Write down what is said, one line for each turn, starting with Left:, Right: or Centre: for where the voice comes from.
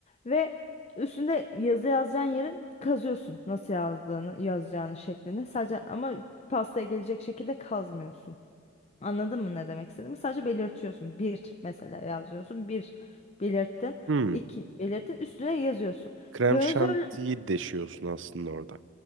Left: Ve Üstünde yazı yazacağın yerin kazıyorsun nasıl yazdığını, yazacağını şeklini. Sadece ama pastaya gelecek şekilde kazmıyorsun. Anladın mı ne demek istediğimi? Sadece belirtiyorsun. Bir mesela yazıyorsun. Bir belirttin.
Right: Hmm.
Left: iki belirttin. Üstüne yazıyorsun.
Right: Krem
Left: Glazör,
Right: şantiyi deşiyorsun aslında orada.